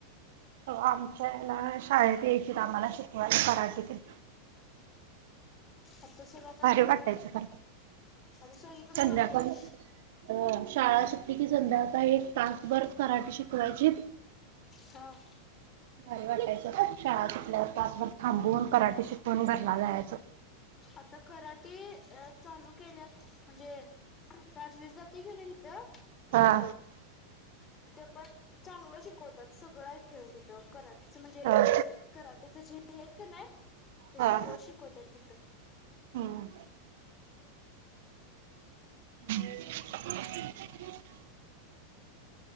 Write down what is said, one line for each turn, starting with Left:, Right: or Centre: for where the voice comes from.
Right: तेव्हा आमच्या वेळेला शाळेत यायचे आम्हाला शिकवायला कराटे ते.
Left: आता सगळा.
Right: भारी वाटायचं खरं
Left: सगळीकडे
Right: संध्याकाळी.
Left: चालू केलंय
Right: अ, शाळा सुटली की संध्याकाळी, एक तासभर कराठी शिकवायची.
Left: हां.
Right: भारी वाटायचं. शाळा सुटल्यावर तासभर थांबून कराटे शिकवून घरला जायचं.
Left: आता कराटे, अ चालू केल्यात म्हणजे राजवीरला बी घेऊन ये तिथं.
Right: हा.
Left: तिथं पण चांगलं शिकवतात. सगळं आहे, खेळ, तिथं कराटे. तिथं म्हणजे
Right: हा
Left: कराट्याचं जे आहेत का, नाही, ते
Right: हा
Left: सगळं शिकवतात तिथं.
Right: हम्म <inaudible>